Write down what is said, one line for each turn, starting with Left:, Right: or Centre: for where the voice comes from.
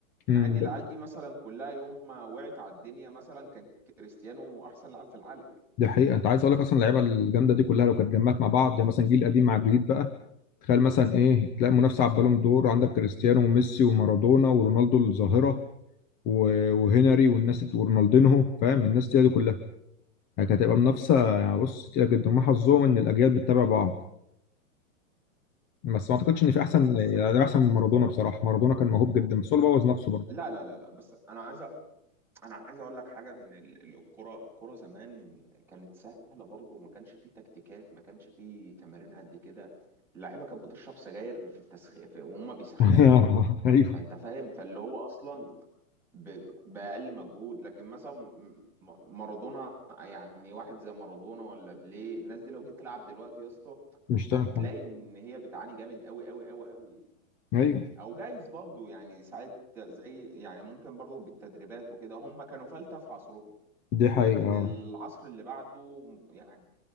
Centre: مع
Left: امم
Centre: ان العيال
Left: ده
Centre: دي مثلا كلها يوم ما وقعت على الدنيا مثلا كان كريستيانو احسن لاعب في العالم
Left: ده حقيقه انت عايز اقول لك اصلا اللعيبه الجامده دي كلها لو كانت اتجمعت مع بعض يعني مثلا جيل قديم مع الجديد بقى تخيل مثلا ايه تلاقي منافسه على البالون دور عندك كريستيانو وميسي ومارادونا ورونالدو الظاهره و- وهنري والناس دي- ورونالدينهو فاهم الناس دي دي كلها يعني كانت هتبقى منافسه يعني بص تقيله جدا وما حظهم ان الاجيال بتتابع بعض بس ما اعتقدش ان في احسن
Centre: لا بس
Left: يعني
Centre: خلي
Left: ده
Centre: بالك
Left: احسن من
Centre: يا اسطى
Left: مارادونا بصراحه مارادونا كان موهوب جدا بس هو اللي بوظ نفسه برضه
Centre: لا لا لا لا بس انا عايز أ- انا عايز اقول لك حاجه ان ال- ال- الكره الكره زمان كانت سهله برضه وما كانش فيه تكتيكات ما كانش فيه تمارين قد كده اللعيبه كانت بتشرب سجاير في التسخين وهم بيسخنوا
Left: <laughs> ايوه
Centre: فانت فاهم فاللي هو اصلا ب- بأقل مجهود لكن مثلا م- م- مارادونا يعني واحد زي مارادونا ولا بيليه الناس دي لو جيت تلعب دلوقتي يا اسطى
Left: مش تعمل
Centre: هتلاقي
Left: حاجه
Centre: ان هي بتعاني جامد قوي قوي قوي قوي
Left: ايوه
Centre: او جايز برضو يعني ساعات زي يعني ممكن برضو بالتدريبات وكده هم كانوا فلتة في عصرهم
Left: دي حقيقه
Centre: لكن
Left: اه
Centre: العصر اللي بعده يعني